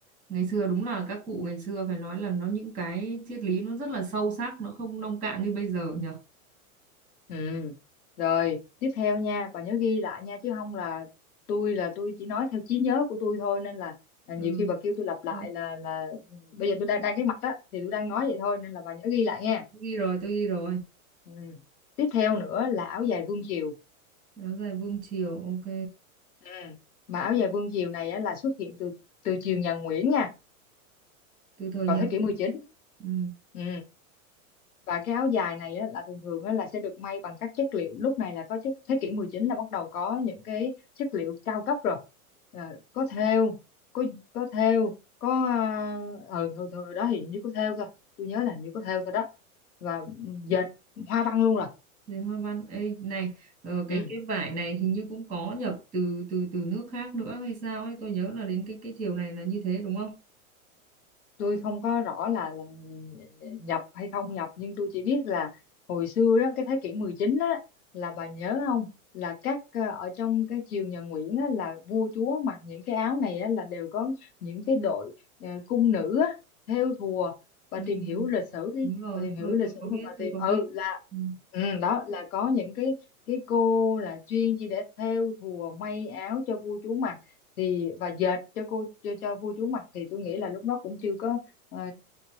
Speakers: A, on the right; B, on the left.
A: ngày xưa đúng là các cụ ngày xưa phải nói là nó những cái triết lý nó rất là sâu sắc, nó không nông cạn như bây giờ nhở.
B: ừ rồi tiếp theo nha bà nhớ ghi lại nha chứ không là tôi là tôi chỉ nói theo trí nhớ của tôi thôi nên là, là nhiều
A: Ừ,
B: khi bà kêu tôi lặp lại
A: tôi
B: là là bây giờ tôi đang đang cái mặt á thì tôi đang nói vậy thôi nên là bà nhớ ghi lại nha
A: ghi rồi, tôi ghi rồi.
B: ừ. tiếp theo nữa là áo dài vương triều
A: áo dài vương triều ok
B: ừ. mà áo dài vương diều này á, là xuất hiện từ từ triều nhà Nguyễn nha
A: từ thời
B: vào
A: nhà
B: thế kỷ
A: Nguyễn
B: 19
A: ừ.
B: ừ. và cái áo dài này á, là thường thường á, là sẽ được may bằng các chất liệu lúc này là có chất thế kỷ 19 là bắt đầu có những cái chất liệu cao cấp rồi Ờ, có thêu có có thêu có ờ ừ, hồi, hồi đó thì hình như có thêu thôi tôi nhớ là hình như có thêu thôi đó và ừ, dệt hoa văn luôn rồi
A: đến hoa văn Ê, này ờ, cái
B: ừ.
A: cái vải này hình như cũng có nhập từ từ từ nước khác nữa hay sao ấy tôi nhớ là đến cái cái chiều này là như thế đúng không
B: tôi không có rõ là là nhập hay không nhập nhưng tôi chỉ biết là hồi xưa đó cái thế kỷ 19 á là bà nhớ không là các ờ, ở trong cái triều nhà Nguyễn á, là vua chúa mặc những cái áo này á, là đều có những cái đội ờ, cung nữ á, thêu thùa bà
A: ừ.
B: tìm
A: ừ,
B: hiểu lịch sử đi
A: đúng rồi
B: bà tìm hiểu
A: tôi
B: lịch
A: tôi
B: sử
A: có biết
B: mà bà tìm
A: tôi có
B: ừ
A: biết
B: là
A: ừ.
B: ừ, đó là có những cái cái cô là chuyên chỉ để thêu thùa may áo cho vua chúa mặc thì và dệt cho cô cho, cho vua chúa mặc thì tôi nghĩ là lúc đó cũng chưa có ờ,